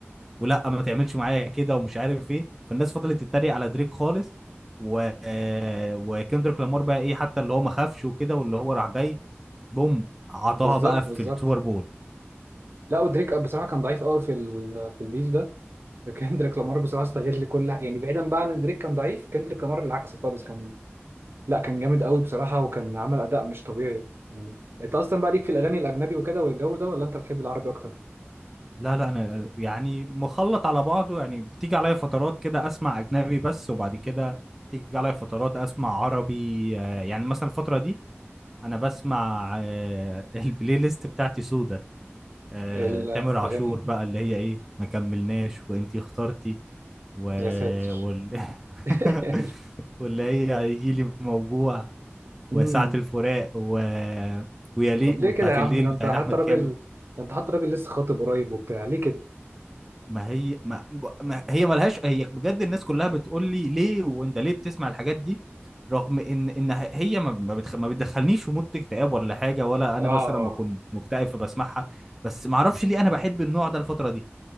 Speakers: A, in the centre; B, on the right.
A: ولا ما تعملش معايا كده ومش عارف ايه فالناس فضلت تتريق على دريك خالص و... آه، وكندريك لامار بقى ايه حتى اللي هو ما خافش وكده واللي هو راح جاي بوم عطاها
B: بالظبط
A: بقى في
B: بالظبط
A: السوبر بول
B: لا ودريك بصراحه كان ضعيف قوي في ال- في البيف ده فكندريك لامار بصراحه استغل كل يعني بعيدا بقى عن إن دريك كان ضعيف كندريك لامار العكس خالص كان لا كان جامد قوي بصراحه وكان عمل اداء مش طبيعي يعني انت اصلا بقى ليك في الاغاني الاجنبي وكده والجو ده ولا انت بتحب العربي اكتر
A: لا لا انا يعني مخلط على بعضه يعني بتيجي عليا فترات كده اسمع اجنبي بس وبعد كده تيجي عليا فترات اسمع عربي آه، يعني مثلا الفترة دي انا بسمع آه، <laughs> البلاي ليست بتاعتي سودة آه،
B: الاغاني
A: تامر عاشور بقى اللي هي ايه ما كملناش وانتي اخترتي و...
B: يا ساتر
A: وال...
B: <laughs>
A: <laughs> واللي هي هيجيلي موجوع
B: امم
A: وساعة الفراق و... ويليق
B: طب ليه
A: وبتاعت
B: كده يا عم
A: الليل
B: ده
A: بتاعت
B: انت حتى
A: احمد
B: راجل
A: كامل
B: ده انت حتى راجل لسه خاطب قريب وبتاع ليه كده
A: ما هي ما, ما هي ملهاش هي بجد الناس كلها بتقول لي ليه وانت ليه بتسمع الحاجات دي رغم ان ان هي ما ما بتخ... ما بتدخلنيش في مود اكتئاب ولا حاجه ولا
B: اه
A: انا مثلا
B: اه
A: بكون مكتئب فبسمعها بس ما اعرفش ليه انا بحب النوع ده الفتره دي